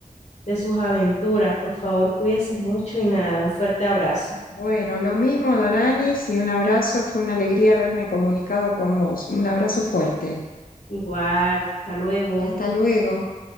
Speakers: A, on the left; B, on the left.
A: de sus aventuras. Por favor, cuídese mucho y nada, un fuerte abrazo.
B: Bueno, lo mismo, Doranis, y un abrazo. Fue una alegría haberme comunicado con vos. Un abrazo fuerte.
A: Igual, hasta luego.
B: Hasta luego.